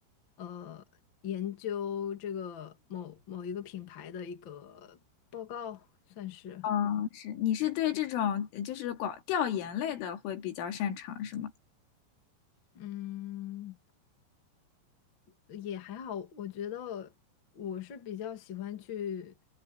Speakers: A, on the left (about 50°); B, on the left (about 75°).
A: 呃，研究这个某某一个品牌的一个报告，算是，
B: 哦，是你是对这种呃就是广调研类的会比较擅长是吗？
A: 嗯，呃也还好，我觉得我是比较喜欢去